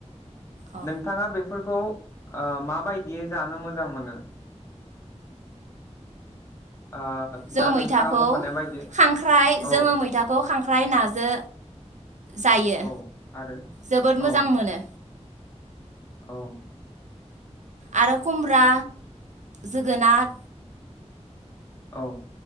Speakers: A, on the right; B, on the left.
A: अ
B: नोंथाङा बेफोर खौ ओ माबायदियै जानो मोजां मोनो? ओ
A: जों
B: दा
A: मैथाखौ
B: नोंथाङा मख'नाय बायदि
A: खांख्राइ
B: औ
A: जोङो मैथाखौ खांख ख्राय नाजो जायो
B: औ आरो
A: जोबोद मोजां
B: औ
A: मोनो।
B: औ।
A: आरो खुमब्रा जोगोनार
B: औ।